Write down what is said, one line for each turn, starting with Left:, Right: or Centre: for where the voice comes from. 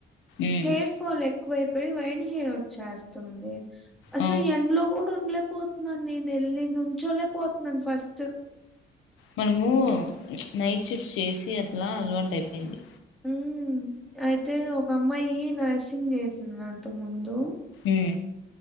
Left: ఉమ్
Centre: హెయిర్ ఫల్ ఎ. ఎక్కువైపోయి వైట్ హెయిర్ వచ్చేస్తుంది, అసలు
Left: ఆ
Centre: ఎండలో గూడ, ఉండలే పోతున్నాను. నేను వెళ్లి నుంచోలేక పోతున్నాను ఫస్ట్,
Left: మనము నైట్ షిఫ్ట్ చేసి అట్లా అలవాటు అయిపోయింది,
Centre: ఊ అయితే ఒక అమ్మాయి, నర్సింగ్ చేసింది అంత ముందు,
Left: హు